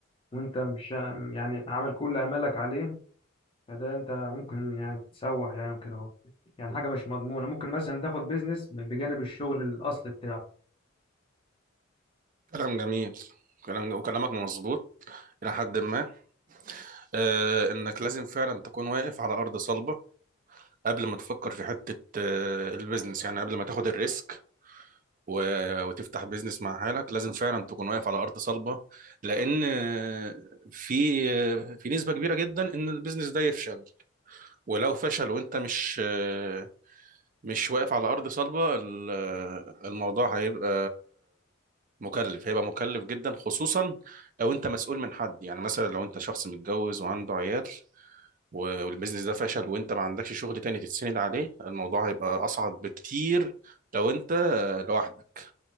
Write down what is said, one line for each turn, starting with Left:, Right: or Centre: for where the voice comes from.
Left: وانت مش يعني عامل كل امالك عليه فده انت ممكن يعني تتسوح يعني وكده اهو يعني حاجه مش مضمونه ممكن مثلا تاخد بيزنس بجانب الشغل الاصلي بتاعك
Right: كلام جميل كلام وكلامك مظبوط إلى حد ما آه إنك لازم فعلا تكون واقف على أرض صلبة قبل ما تفكر في حتة آه البيزنس يعني قبل ما تاخد الريسك و... وتفتح بيزنس مع حالك لازم فعلا تكون واقف على أرض صلبة لأن آه، في آه، في نسبة كبيرة جدا إن البيزنس ده يفشل ولو فشل وأنت مش آه، مش واقف على أرض صلبة ال- الموضوع هيبقى مكلف هيبقى مكلف جدا خصوصا لو انت مسؤول من حد يعني مثلا لو انت شخص متجوز وعنده عيال و- والبيزنس ده فشل وانت ما عندكش شغل تاني تتسند عليه الموضوع هيبقى أصعب بكتير لو انت آه، لوحدك